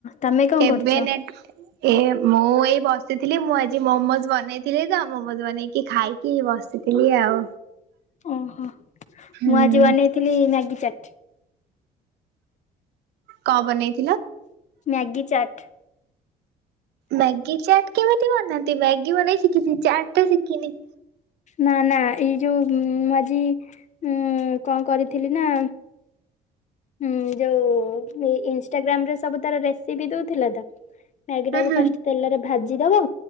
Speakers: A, on the left; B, on the right.
A: ତମେ କଣ
B: ଏବେ
A: କରୁଛ?
B: ନେଟ୍ ଏ ମୁଁ ଏଇ ବସିଥିଲି ମୁଁ ଆଜି ମୋମୋଜ ବନେଇଥିଲି ତ ମୋମୋଜ ବନେଇକି ଖାଇକି ବସିଥିଲି। ଆଉ।
A: ଓହୋ
B: ହୁଁ।
A: ମୁଁ ଆଜି ବନେଇଥିଲି ମ୍ୟାଗି।
B: କଣ ବନେଇ?
A: ମ୍ୟାଗି ଚାଟ୍?
B: ମ୍ୟାଗି ଚାଟ କେମିତି ବନାନ୍ତି ମ୍ୟାଗି ବନେଇ ଶିଖିଚି ଚାଟ ତ ଶିଖିନି।
A: ନା ନା ଏଇ ଯୋଉ ମୁଁ ଆଜି ଉଁ କଣ କରିଥିଲି ନା ହଁ ଯୋଉ ଇନଷ୍ଟାଗ୍ରାମରେ ସବୁ ତାର ରେସିପି ଦଉଥିଲା ତ ମ୍ୟାଗି
B: ହୁଁ
A: ଟାକୁ
B: ହୁଁ
A: ଫାଷ୍ଟ ତେଲରେ ଭା ଦବ